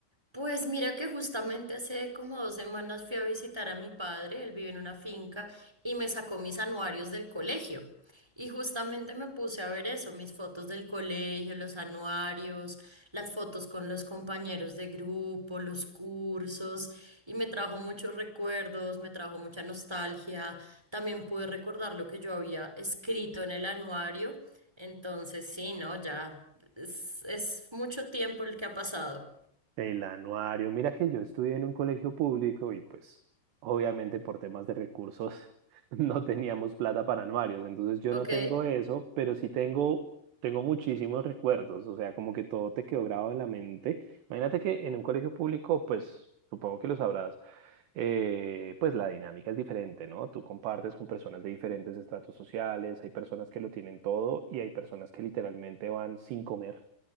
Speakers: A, in the centre; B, on the right.
A: Pues mira que justamente hace como dos semanas fui a visitar a mi padre, él vive en una finca y me sacó mis anuarios del colegio. Y justamente me puse a ver eso, mis fotos del colegio, los anuarios, las fotos con los compañeros de grupo, los cursos, y me trajo muchos recuerdos, me trajo mucha nostalgia. También pude recordar lo que yo había escrito en el anuario. Entonces, sí, no, ya es, es mucho tiempo el que ha pasado.
B: El anuario. Mira que yo estudié en un colegio público y pues obviamente por temas de recursos <laughs> no teníamos plata para anuarios, entonces yo
A: ¿Ok?
B: no tengo eso, pero sí tengo, tengo muchísimos recuerdos, o sea, como que todo te quedó grabado en la mente. Imagínate que en un colegio público, pues supongo que lo sabrás, eh, pues la dinámica es diferente, ¿no? Tú compartes con personas de diferentes estratos sociales, hay personas que lo tienen todo y hay personas que literalmente van sin comer